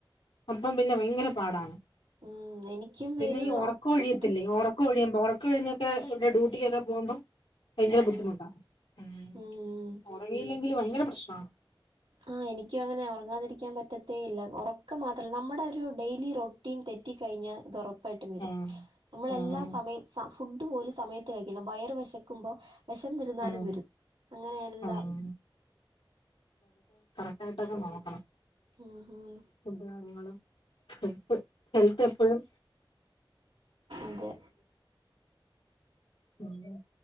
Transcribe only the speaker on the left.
അപ്പം പിന്നെ ഭയങ്കര പാടാണ്
പിന്നെ
ഈ ഒറക്കൊഴിയത്തില്ലേ
ഒറക്കൊഴിയ്മ്പോ ഒറ കഴിഞ്ഞൊക്കെ ഡൂട്ടികെക്കെ പോവ്മ്പം ഭയങ്കര
ബുദ്ധിമുട്ടാ ഉം
ഓ ത് ഭയങ്കര പ്രശ്നാ
ആഹ്
ആഹ്
ആഹ്
ആഹ് ക്ടായ്ട്ടൊക്കെ നോക്കണം
ഫുഡ് കാര്യങ്ങളും ഹെൽത്ത് ഹെൽത്തെപ്പഴും
പിന്നെ